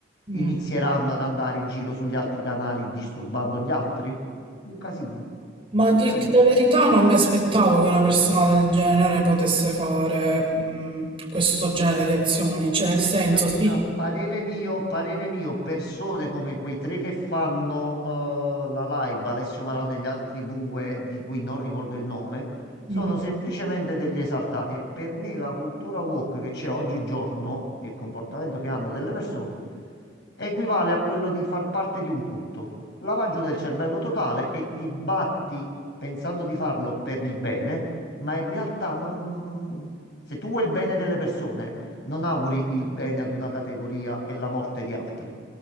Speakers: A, on the right; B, on the left.
A: Mm.
B: inizieranno ad andare in giro sugli altri canali disturbando gli altri? Un casino,
A: Ma a dirti
B: un casino.
A: la verità, non mi aspettavo che una persona del genere potesse fare mm, questo genere di azioni, cioè nel senso,
B: Martina,
A: sì.
B: parere mio, parere mio, persone come quei tre che fanno eh, la live, Alessio Marone e gli altri due di cui non ricordo il nome, sono
A: Mm.
B: semplicemente degli esaltati e per me la cultura woke che c'è oggigiorno e il comportamento che hanno delle persone equivale a quello di far parte di un culto. Lavaggio del cervello totale e ti batti pensando di farlo per il bene, ma in realtà non... Se tu vuoi il bene delle persone, non auguri il bene ad una categoria e la morte di altri.